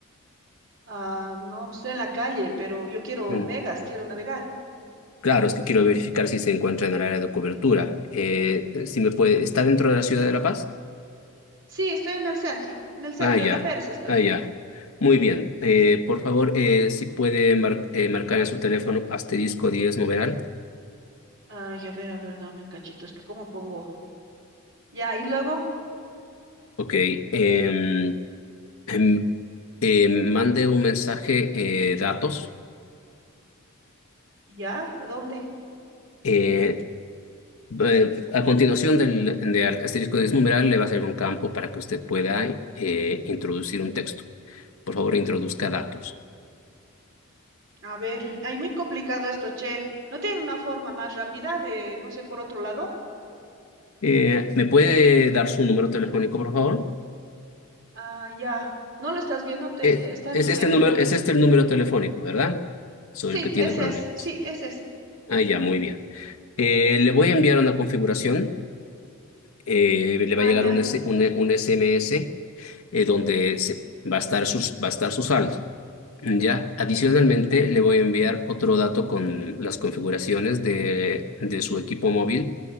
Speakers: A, on the right (about 60°); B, on the left (about 75°).
A: Ah, no, estoy en la calle, pero yo quiero
B: Bueno,
A: megas, quiero navegar.
B: claro, es que quiero verificar si se encuentra en el área de cobertura. Eh, si me puede, ¿está dentro de la ciudad de La Paz?
A: Sí, estoy en el centro, en el centro,
B: Ah, ya.
A: en la Pérez estoy.
B: Ah, ya. Muy bien. Eh, por favor, eh, si puede mar- eh, marcar en su teléfono asterisco diez numeral.
A: Ay, a ver, a ver, dame un cachito, es que cómo pongo. Ya, y luego,
B: Ok. em, em, eh, mandé un mensaje eh, datos.
A: ya, ¿a ¿dónde?
B: eh, eh, a continuación del, del asterisco 10 numeral le va a salir un campo para que usted pueda eh, introducir un texto. Por favor, introduzca datos.
A: A ver, ay, muy complicado esto, che. ¿No tienen una forma más rápida de, no sé, por otro lado?
B: Eh, ¿me puede dar su número telefónico, por favor?
A: Ah, ya. ¿No lo estás viendo? Te,
B: Eh,
A: te- está
B: es
A: en tu,
B: este
A: en
B: número,
A: tu.
B: es este el número telefónico, ¿verdad? Sobre
A: Sí,
B: el que tiene
A: ese
B: problemas.
A: es, sí, ese es.
B: Ah, ya, muy bien. Eh, le voy a enviar una configuración. eh, le
A: Ah,
B: va a llegar
A: ya.
B: un, S- un, un SMS eh, donde se, va a estar sus, va a estar su saldo. Ya, adicionalmente le voy a enviar otro dato con las configuraciones de, de su equipo móvil